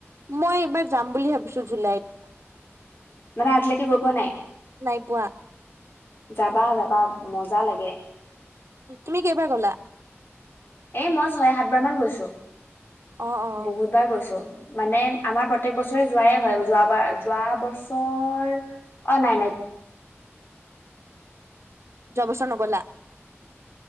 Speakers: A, on the right; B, on the left.
A: মই এইবাৰ যাম বুলি ভাবিছো জুলাইত
B: মানে আজলৈকে গৈ পোৱা নাই।
A: নাই পোৱা।
B: যাবা যাবা মজা লাগে
A: তুমি কেইবাৰ গলা
B: এ মই ছয় সাতবাৰ মান গৈছো
A: অ, অ,
B: বহুতবাৰ গৈছো। মানে আমাৰ প্ৰত্যেক বছৰে যোৱাই হয় যোৱ বাৰ যোৱা বছ চৰ অ' নাই-নাই।
A: যোৱা বচৰ নগলা।